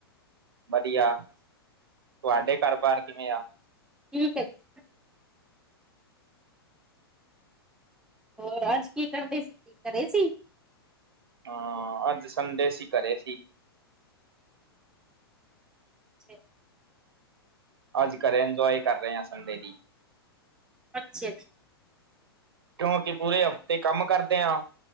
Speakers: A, on the right; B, in the centre.
A: ਵਧੀਆ ਤੁਹਾਡੇ ਘਰ- ਬਾਰ ਕਿਵੇਂ ਆ।
B: ਠੀਕ ਹੈ ਜੀ! ਹੋਰ ਅੱਜ ਕੀ ਕਰਦੇ ਸੀ ਘਰੇ ਸੀ?
A: ਹਾਂ ਅੱਜ ਸੰਡੇ ਸੀ ਘਰੇ ਸੀ।
B: ਠੀਕ।
A: ਅੱਜ ਘਰੇ ਇੰਜੋਏ ਕਰ ਰਹੇ ਹਾਂ ਸੰਡੇ ਦੀ।
B: ਅੱਛਾ ਜੀ!
A: ਕਿਉਂਕਿ ਪੂਰੇ ਹਫ਼ਤੇ ਕੰਮ ਕਰਦੇ ਹਾਂ